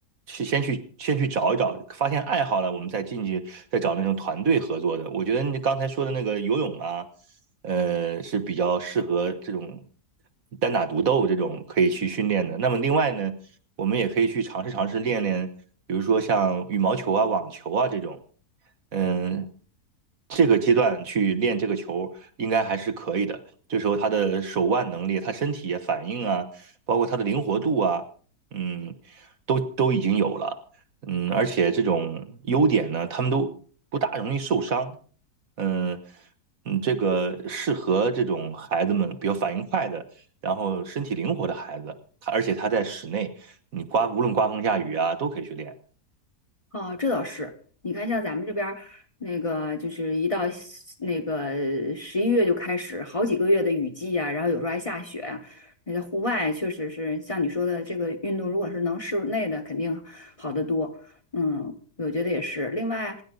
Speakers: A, on the right; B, on the left.
A: 去先去先去找一找，发现爱好了，我们再进去再找那种团队合作的。我觉得你刚才说的那个游泳啊，呃，是比较适合这种单打独斗这种可以去训练的。那么另外呢，我们也可以去尝试尝试练练，比如说像羽毛球啊、网球啊这种。嗯，这个阶段去练这个球，应该还是可以的。这时候他的手腕能力、他身体也反应啊，包括他的灵活度啊，嗯，都都已经有了。嗯，而且这种优点呢，他们都不大容易受伤。嗯嗯，这个适合这种孩子们比较反应快的，然后身体灵活的孩子。他而且他在室内，你刮无论刮风下雨啊，都可以去练。
B: 哦，这倒是。你看，像咱们这边儿那个，就是一到西那个十一月就开始好几个月的雨季啊，然后有时候还下雪啊那在户外确实是像你说的，这个运动如果是能室内的，肯定好得多。嗯，我觉得也是。另外，